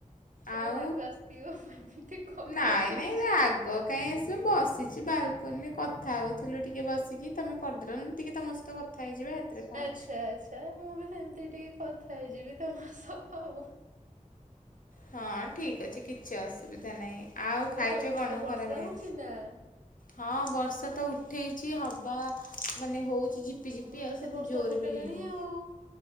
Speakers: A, on the right; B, on the left.
A: ତମକୁ
B: ଆଉ
A: ରାଗ ଆସିଥିବ ମୁଁ ଏମିତି କଲ୍
B: ନାଇଁ
A: କରିଦେଇଛି।
B: ନାଇଁ ରାଗ କାହିଁ ଆସିବ। ବସିଚି ବାଲ୍ ଫୋନ୍ରେ କଥା ହଉଥିଲୁ ଟିକେ ବସିକି ତମେ କରିଦେଲ। ଟିକେ ତମ ସହିତ କଥା ହେଇଯିବା। ଏଥିରେ କଣ
A: ଆଚ୍ଛା।
B: ଅଛି।
A: ଆଚ୍ଛା। ମୁଁ ବି ସେମିତି ଟିକେ କଥା ହେଇଯିବି ତମ ସହ।
B: ହଁ ଠିକ୍ ଅଛି। କିଛି ଅସୁବିଧା ନାହିଁ। ଆଉ ଖାଇଛ
A: ତମ ଆଡେ
B: କଣ
A: ବର୍ଷା
B: ଖରାବେଳେ?
A: <unintelligible>
B: ହଁ ବର୍ଷା ତ ଉଠେଇଛି ହବ ମାନେ ହଉ ଝିପି
A: ଆମର
B: ଝିପି ଆଉ
A: ତ
B: ସେତେ
A: ବର୍ଷା
B: ଜୋର
A: ପକେଇଲାଣି
B: ବି ହେଇନି।
A: ଆଉ।